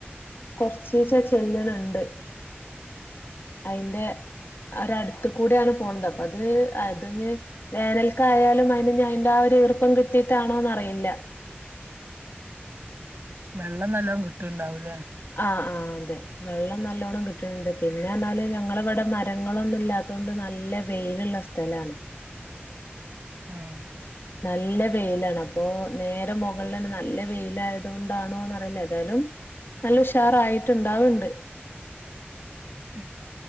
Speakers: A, on the left; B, on the right.
A: കൊറച്ചീച്ച ചെല്ലണുണ്ട് അതിന്റെ ഒരടു ത്ത് കൂടെയാണ് പോണത് അപ്പൊ അത് അതു ഞ്ഞെ വേനൽക്കായാലും അതിന് ഞൻന്റെ ആ ഒരു ഈർപ്പം കിട്ടിട്ടാണോന്ന് അറിയില്ല
B: വെള്ളം നല്ലും കിട്ടിണ്ടാവൂലേ
A: ആഹ് ആഹ് അതെ വെള്ളം നല്ലോണ്ണം കിട്ടുന്നുണ്ട് പിന്നെന്നാല് ഞങ്ങള ഇവിടെ മരങ്ങളൊന്നുംമല്ലാത്ത അതൊണ്ട് നല്ല വെയിലുള്ള സ്ഥലമാണ്
B: ആഹ്
A: നല്ല വെയിലാണ് അപ്പൊ നേരെ മുകളിൽന്നെ നല്ല വെയിലായതുകൊണ്ടാണോന്ന് അറിയില്ല ഏതായാലും നല്ല ഉഷാറ ആയിട്ട്ണ്ടാവണ്ട്
B: ഉം